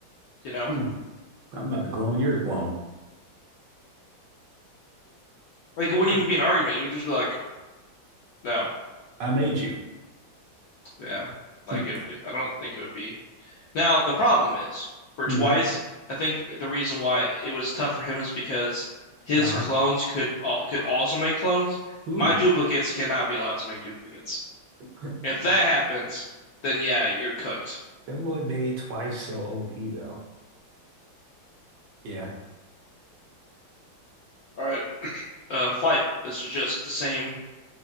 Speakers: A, on the left (about 65°); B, on the right (about 65°).
A: you know?
B: Mm. I'm not the clone. You're the clone.
A: Like
B: You're
A: it wouldn't even be an argument. You would just be like, no,
B: the- I made you.
A: yeah. Like
B: Mm.
A: it, I don't think it would be Now, the problem is for
B: Mhm.
A: twice, I think the reason why it was tough for him is because his
B: Uh-huh.
A: clones could al- could also make clones.
B: Ooh.
A: My duplicates cannot be allowed to make duplicates.
B: <laughs>
A: If that
B: My,
A: happens, then yeah, you're cooked.
B: That boy made twice so OP though. Yeah.
A: All right, uh, flight. This is just the same